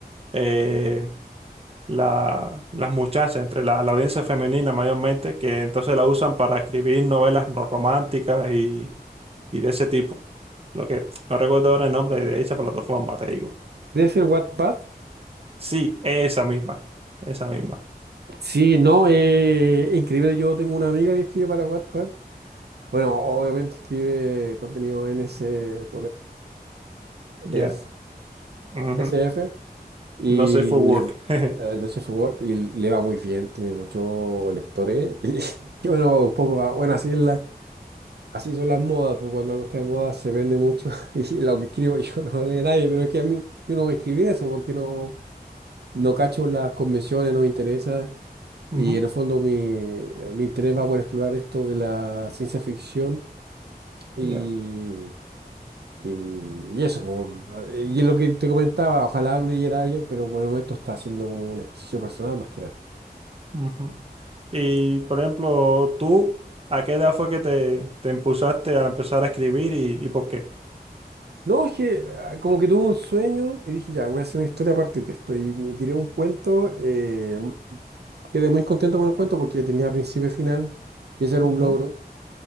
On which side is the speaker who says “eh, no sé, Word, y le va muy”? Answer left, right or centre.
Right